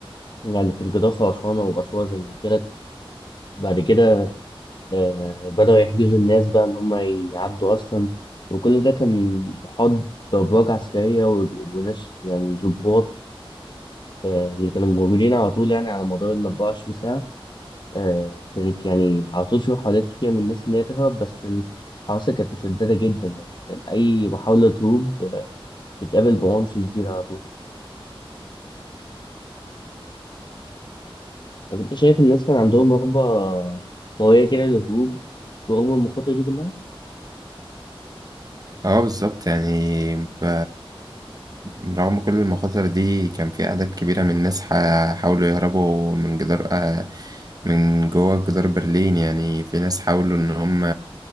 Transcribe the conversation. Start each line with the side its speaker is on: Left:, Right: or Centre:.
Left: يعني كان جدار خرسانة وأسوار زي ما قلت لك بعد كده آه، بدأوا يحجزوا الناس بقى إن هم يعدوا أصلا وكل ده كان محاط بأبراج عسكرية و- وناس يعني ضباط آه، اللي كانوا موجودين على طول يعني على مدار ال 24 ساعة آه، كانت يعني على طول في محاولات كتير من الناس إن هي تهرب بس الحراسة كانت مشددة جدا يعني وكان أي محاولة تهرب آه، بتقابل بعنف شديد على طول طب أنت شايف الناس كان عندهم رغبة قوية كده للهروب رغم المخاطر دي كلها؟
Right: اه بالظبط يعني ب... رغم كل المخاطر دي كان في أعداد كبيرة من الناس ح- حاولوا يهربوا من جدار آه، من جوه جدار برلين يعني في ناس حاولوا إن هم